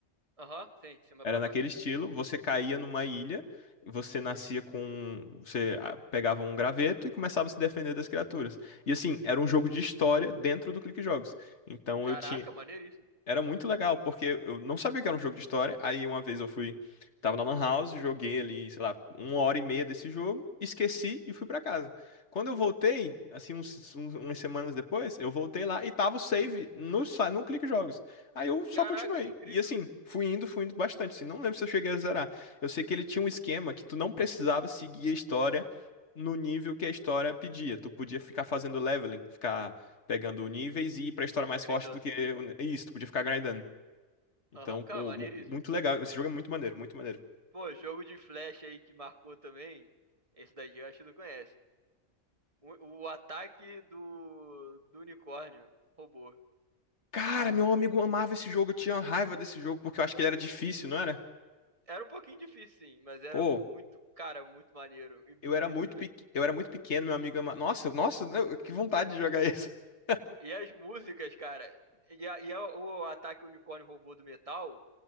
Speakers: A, on the right; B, on the left.
A: Aham, sim, de cima
B: era
A: pra
B: naquele
A: baixo.
B: estilo, você caía numa ilha, você nascia com, você ah, pegava um graveto e começava a se defender das criaturas. E assim, era um jogo de história dentro do Clique Jogos. Então
A: Caraca,
B: eu tinha
A: maneiríssimo.
B: era muito legal, porque eu não sabia que era um jogo de história. Aí uma vez eu fui, tava na Lan House, joguei ali, sei lá, uma hora e meia desse jogo, esqueci e fui pra casa. Quando eu voltei, assim, uns, uns- umas semanas depois, eu voltei lá e tava o save no, sa- no Clique Jogos. Aí eu só
A: Caraca,
B: continuei.
A: que incrível.
B: E assim, fui indo, fui indo bastante, assim, não lembro se eu cheguei a zerar. Eu sei que ele tinha um esquema que tu não precisava seguir a história no nível que a história pedia. Tu podia ficar fazendo leveling, ficar pegando níveis e ir pra história mais
A: Grindando.
B: forte do que. o- Isso, tu podia ficar grindando. Então,
A: Aham, cara,
B: pô,
A: maneiríssimo.
B: mu- muito legal. Esse jogo é muito maneiro, muito maneiro.
A: Pô, jogo de flash aí que marcou também. Esse daí eu acho que tu conhece. O, o ataque do, do unicórnio robô.
B: Cara, meu amigo amava esse jogo, eu tinha raiva desse jogo, porque eu acho que ele era difícil, não era?
A: Era um pouquinho difícil, sim, mas era
B: Pô,
A: muito, cara, muito maneiro e bonito
B: eu era muito,
A: também.
B: pe... eu era muito pequeno, meu amigo amava. Nossa, nossa, eu- que vontade de jogar isso. <laughs>
A: E as músicas, cara. E, a- e a- o ataque unicórnio robô do metal